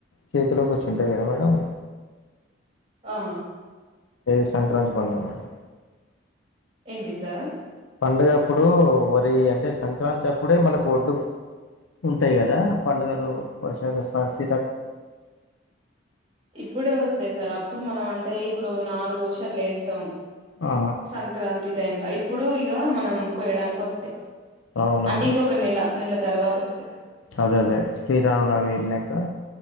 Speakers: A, on the left; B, on the right.
A: చేతిలోకి వోచ్చుంటాయి కదా మేడమ్
B: ఆ
A: ఏ సంక్రాంతి పండగ మేడం
B: ఏంటి సార్
A: పండుగ అప్పుడు వరి అంటే సంక్రాంతి అప్పుడే మనకు వోడ్లు ఉంటాయి. కదా పండుగలు వర్షలు అస్
B: ఇప్పుడే వస్తాయి సార్ అప్ ఇప్పుడు మనం అంటే ఇప్పుడు నారు వోషి అట్లా ఏస్తాం
A: ఆ
B: సంక్రాంతి టైమ్ ల ఇప్ ఇప్పుడు ఇగా మనం కోయడానికి వస్తయి
A: అవునా
B: అంటే ఇంకొక నెల కొన్ని ఏళ్ల తర్వాత వస్తాయి
A: అదే అదే శ్రీ రామ నవమి లెక్క